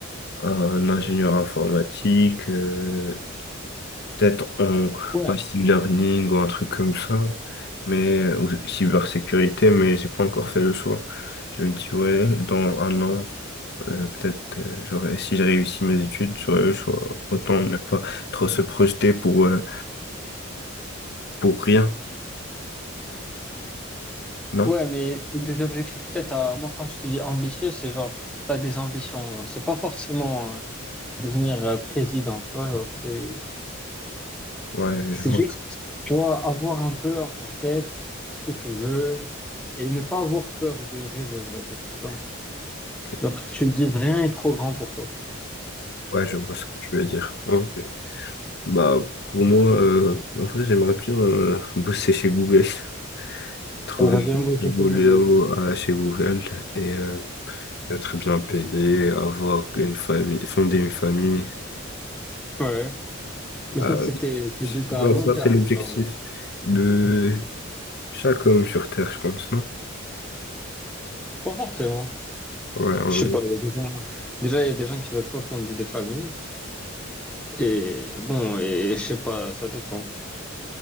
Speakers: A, on the left; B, in the centre.
A: un ingénieur informatique. euh, Peut-être en
B: Ouais,
A: machine learning ou un truc comme ça, mais ou cybersécurité, mais j'ai pas encore fait le choix. Je me dis, ouais, dans un an, euh, peut-être, euh, j'aurais, si j'ai réussi mes études, j'aurais le choix. Autant ne pas trop se projeter pour, euh, pour rien, non?
B: ouais, mais des objectifs, peut-être, à... moi, quand je te dis ambitieux, c'est genre, t'as des ambitions. C'est pas forcément euh, devenir euh, président, tu vois. genre, C'est
A: Ouais,
B: c'est
A: je vois.
B: juste Tu vois, avoir un peu en tête ce que tu veux et ne pas avoir peur de rêver, on va dire. Tu vois,
A: Ok.
B: genre, tu te dis rien est trop grand pour toi.
A: Ouais, je vois ce que tu veux dire. Ok. Bah, pour moi, euh, en vrai, j'aimerais bien euh, bosser chez Google, <laughs> trouver
B: J'aimerais bien bosser
A: du boulot
B: cette nouvelle.
A: euh, chez Google et euh, être bien payé, avoir une famille, fonder une famille.
B: Ouais. Mais
A: euh,
B: ça, c'était tes
A: je
B: buts à
A: pense
B: long
A: que
B: terme.
A: ça, c'est l'objectif
B: genre, euh,
A: de chaque homme sur Terre, je pense, non?
B: Pas forcément.
A: Ouais, en
B: Je sais
A: vrai,
B: pas, il y a des gens- déjà, il y a des gens qui veulent pas fonder des familles. Et bon, et, je sais pas, ça dépend.